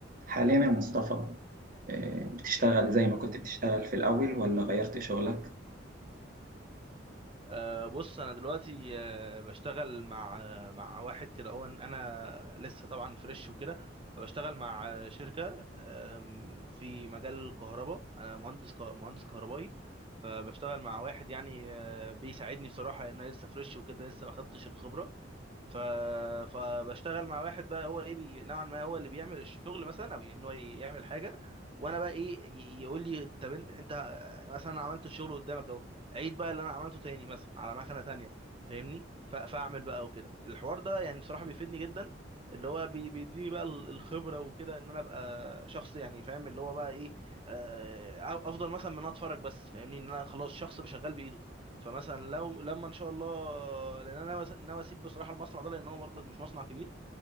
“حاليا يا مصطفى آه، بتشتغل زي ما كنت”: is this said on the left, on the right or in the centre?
Right